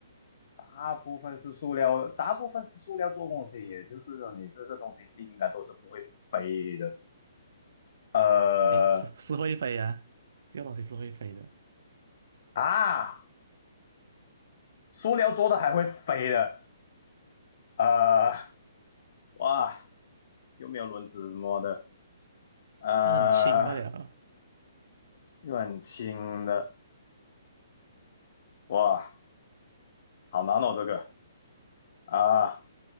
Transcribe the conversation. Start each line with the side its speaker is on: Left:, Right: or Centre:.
Left: 大部分是塑料，大部分是塑料做东西，也就是说你这些东西应该都是不会飞的。呃
Right: 诶，是 <laughs> 是会飞啊，这个东西是会飞的，
Left: 啊，塑料做的还会飞的，呃哇，有没有轮子什么的，呃
Right: 它很轻罢了，
Left: 又很轻的，哇，好难哦这个啊、呃